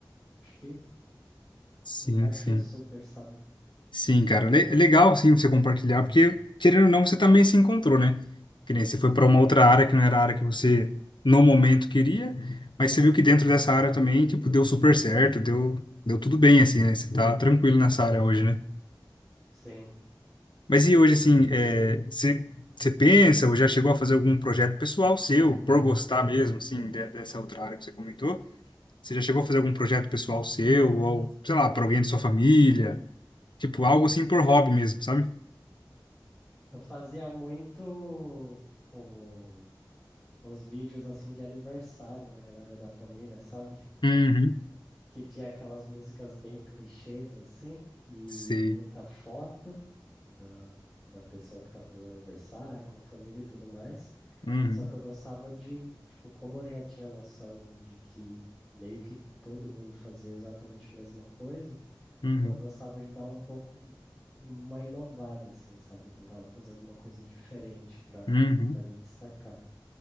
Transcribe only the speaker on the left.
sim,
sim,
sim, cara, le é legal, sim, você compartilhar, porque, querendo ou não, você também se encontrou, né, que nem você foi para uma outra área que não era a área que você, no momento, queria, mas você viu que dentro dessa área também, tipo, deu super certo, deu, deu tudo bem, assim, né, você tá tranquilo nessa área hoje, né,
mas e hoje, assim, é, você, você pensa, ou já chegou a fazer algum projeto pessoal seu, por gostar mesmo, assim, de- dessa outra área que você comentou, Você já chegou a fazer algum projeto pessoal seu, ou, sei lá, para alguém da sua família? Tipo, algo assim por hobby mesmo, sabe?
Uhum.
Sei.
Uhum.
Uhum.
Uhum.